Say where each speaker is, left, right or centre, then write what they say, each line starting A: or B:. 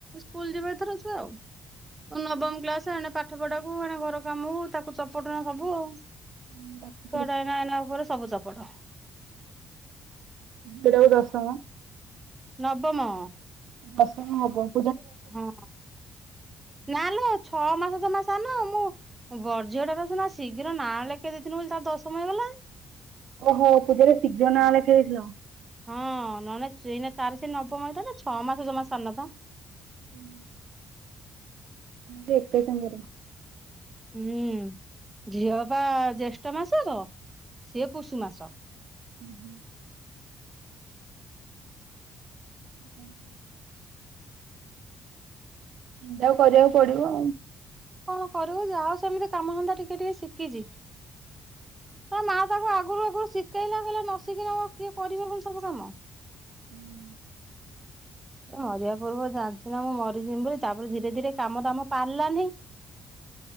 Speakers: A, on the right (about 20°); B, on the right (about 75°).
A: ସ୍କୁଲ ଯିବ ଏଥର ଛୁଆ ଆଉ। ନବମ କ୍ଲାସ ଏଣେ ପାଠ ପଢାକୁୁ ଏେ ଘର କାମକୁ ତାକୁ ଚପଟଣା ହବ ଆଉ।
B: ଝିଅଟାକୁ
A: ଛୁଆ ଟା ଏଇନା ଏଇନା ପରେ ସବୁ ଚପଟ।
B: <unintelligible> ଦଶମ
A: ନବମ।
B: ଦଶମ ହବ <unintelligible> <unintelligible>
A: ହଁ ନାଲୋ ଛଅ ମାସ ଯମା ସାନ ମୁଁ ବର୍ ଝିଅଟା ଶିନା ଶୀଘ୍ର ନାଁ ଲେଖେଇ ଦେଇଥିଲି ନ। ବୋଲି ତା ତାର ଦଶମ ହେଇଗଲା।
B: ଓହୋ ପୂଜାର ଶୀଘ୍ର ନାଁ ଲେଖା ହେଇଯାଇଥିଲା।
A: ହଁ ନହେଲେ ଏଇ ତାରି ସେଇ ନବମ ହେଇଥାନ୍ତା ଛଅ ମାସ ଜମା ସାନ ପା।
B: ହୁଁ। ହୁ ଏତେ ସୁନ୍ଦର।
A: ହୁଁ ଝିଅ ବା ଜ୍ୟେଷ୍ଠ ମାସ <unintelligible> ସିଏ ପୁଶୁ ମାସ।
B: ହୁଁ ହୁଁ <inaudible> <inaudible> <unintelligible> କରିଆକୁ ପଡିବ ଆଉ।
A: କଣ କରିବୁ ଯାହା ହଉ ସେମିତି କାମ ଧନ୍ଦା ଟିକେ-ଟିକେ ଶିକିଚି। ତା ମା ତାକୁ ଆଗୁରୁ-ଆଗୁରୁ ଶିକେଇଲା କହିଲା ନ ଶିକିଲେ ମୋର କିଏ କରିବ ସବୁ କାମ।
B: ହୁଁ।
A: ଏ ମରିବା ପୂର୍ବ ଜାଣିଚି ନା ମୁଁ ମରିଯିବି ବୋଲି, ତାପରେ ଧୀରେ-ଧୀରେ କାମ ଦାମ ପାରିଲାନି।